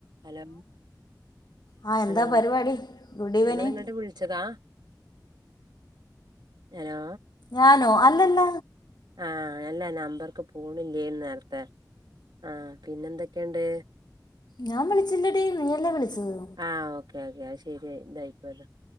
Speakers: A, on the right; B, on the left.
A: ഹലോ
B: ആ എന്താ
A: ഹലോ
B: പരിപാടി ഗുഡ് ഈവനിങ്
A: ഇങ്ങള്ങ്ങെട്ട് വിശച്ചെതാ ഹലോ?
B: ഞാനോ അല്ലല്ല
A: ആഹ് അല്ലാ നമ്പർക്ക് പോണില്ലേനി നേരത്തെ ആ പിന്നെന്തെക്കെണ്ട്?
B: ഞാം വിളിച്ചില്ലെടീ നീയല്ലേ വിളിച്ചെത്?
A: ആഹ് ഓക്കേ ഓക്കേ അഹ്ശെരിയ് ഇതായിപ്പോയതാ